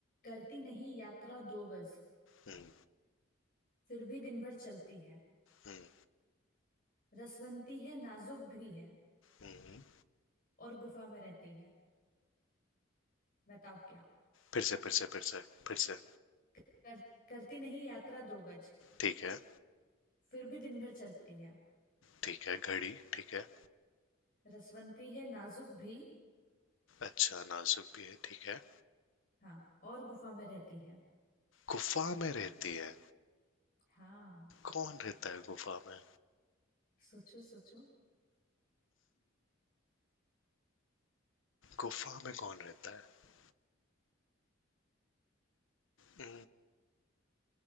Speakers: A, on the left (about 45°); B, on the left (about 75°).
A: करती नहीं यात्रा दो गज
B: हम्म
A: फिर भी दिन भर चलती है
B: हम्म
A: रसवंती है नाजुक भी है
B: हम्म हम्म।
A: और गुफा में रहती है बताओ क्या
B: फिर से फिर से फिर से फिर से
A: कर, करती नहीं यात्रा दो गज
B: ठीक है
A: फिर भी दिन भर चलती है
B: ठीक है घड़ी ठीक है
A: रसवंती है नाजुक भी
B: अच्छा नाजुक भी है ठीक है
A: हाँ और गुफा में रहती है
B: गुफा में रहती है
A: हाँ
B: कौन रहता है गुफा में
A: सोचो सोचो
B: गुफा में कौन रहता है Hmm,